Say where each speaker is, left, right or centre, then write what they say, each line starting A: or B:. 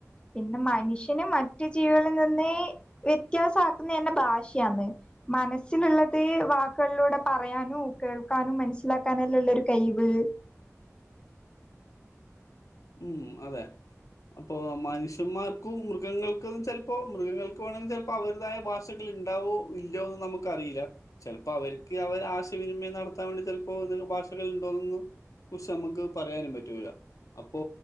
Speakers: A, on the left; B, on the left.
A: പിന്നെ മനുഷ്യന് മറ്റു ജീവികളിൽ നിന്ന് വ്യത്യാസ ആക്കുന്നതെന്നെ ഭാഷയാന്ന്. മനസ് സ്സില്ള്ളത് വാക്കുകളിലൂടെ പറയാനും കേൾക്കാനും മനസ്സിലാക്കാനല്ലള്ള ഒരു കയ് വ്
B: ഉം അതെ അപ്പൊ മനുഷ്യന്മാർക്കും മൃഗങ്ങൾക്ക് ചെലപ്പോ മൃഗങ്ങൾക്ക് വേണങ്ങ് ചെലപ്പ അവരുതായ ഭാഷകള് ഇണ്ടാവോ ഇല്യോന്ന് നമുക്കറീല ചെലപ്പോ അവര്ക്ക് അവരെ ആശയ വിനിമയം നടത്താൻ വേണ്ടി ചെലപ്പോ ഏതെങ്കും ഭാഷകൾ ഇണ്ടോന്നൊന്നും കുറിച്ച് നമ്മക്ക് പറയാനും പറ്റൂല. അപ്പൊ